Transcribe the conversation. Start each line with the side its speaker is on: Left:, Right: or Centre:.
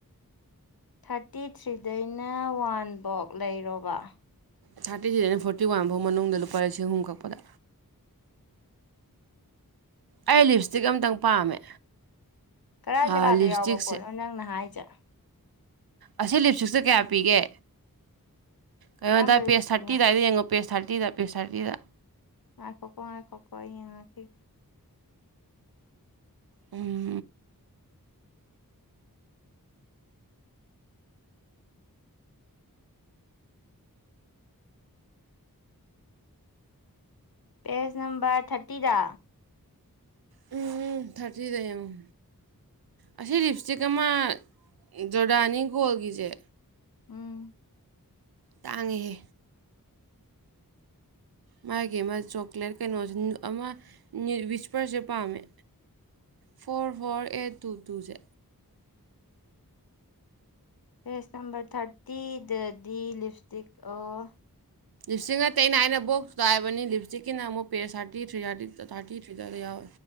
Left: ꯊꯥꯔꯇꯤ ꯊ꯭ꯔꯤꯗꯩꯅ ꯋꯥꯟ ꯕꯣꯛ ꯂꯩꯔꯣꯕ
Right: ꯊꯥꯔꯇꯤ ꯊ꯭ꯔꯤꯗꯩꯅ ꯐꯣꯔꯇꯤ ꯋꯥꯟ ꯐꯥꯎ ꯃꯅꯨꯡꯗ ꯂꯨꯄꯥ ꯂꯤꯁꯤꯡ ꯑꯍꯨꯝ ꯀꯛꯄꯗ ꯑꯩ ꯂꯤꯞ ꯏꯁꯇꯤꯛ ꯑꯃꯝꯇꯪ ꯄꯥꯝꯃꯦ
Left: ꯀꯗꯥꯏ
Right: ꯑꯥ
Left: ꯖꯒꯥꯗ
Right: ꯂꯤꯞ
Left: ꯌꯥꯎꯕ
Right: ꯏꯁꯇꯤꯛꯁꯦ
Left: ꯄꯣꯠꯅꯣ ꯅꯪꯅ ꯍꯥꯏꯁꯦ
Right: ꯑꯁꯤ ꯂꯤꯞ ꯏꯁꯇꯤꯛꯁꯦ ꯀꯌꯥ ꯄꯤꯒꯦ ꯀꯩꯅꯣꯗ
Left: ꯀꯔꯝꯕ ꯂꯤꯞꯁꯇꯤꯛꯅꯣ
Right: ꯄꯦꯁ ꯊꯥꯔꯇꯤꯗꯥꯏꯗ ꯌꯦꯡꯉꯣ ꯄꯦꯁ ꯊꯥꯔꯇꯤꯗ ꯄꯦꯁ ꯊꯥꯔꯇꯤꯗ
Left: ꯉꯥꯏꯈꯣꯀꯣ ꯉꯥꯏꯈꯣꯀꯣ ꯑꯩ ꯌꯦꯡꯉꯥꯛꯈꯤꯒꯦ
Right: ꯎꯝ
Left: ꯄꯦꯖ ꯅꯝꯕꯔ ꯊꯥꯔꯇꯤꯗ
Right: ꯎꯝ ꯎꯝ ꯊꯥꯔꯇꯤꯗ ꯌꯦꯡꯉꯣ ꯑꯁꯤ ꯂꯤꯞ ꯏꯁꯇꯤꯛ ꯑꯃ ꯖꯣꯔꯗꯥꯅꯤ ꯒꯣꯜꯒꯤꯁꯦ
Left: ꯎꯝ
Right: ꯇꯥꯡꯉꯤꯍꯦ ꯃꯥꯒꯤ ꯑꯃ ꯆꯣꯀ꯭ꯂꯦꯠ ꯀꯩꯅꯣꯁꯦ ꯑꯃ <unintelligible> ꯄꯥꯝꯃꯦ ꯐꯣꯔ ꯐꯣꯔ ꯑꯩꯠ ꯇꯨ ꯇꯨꯁꯦ
Left: ꯄꯦꯖ ꯅꯝꯕꯔ ꯊꯥꯔꯇꯤꯗꯗꯤ ꯂꯤꯞꯁꯇꯤꯛ ꯑꯣ
Right: ꯂꯤꯞꯁꯇꯤꯛ ꯅꯠꯇꯦ ꯑꯩꯅ ꯑꯩꯅ ꯕꯣꯛꯁꯇꯣ ꯍꯥꯏꯕꯅꯤ ꯂꯤꯞꯁꯇꯤꯀꯤꯅ ꯑꯃꯨꯛ page thirty three thirty thirty three ꯑꯗꯨꯋꯥꯢꯗ ꯌꯥꯎ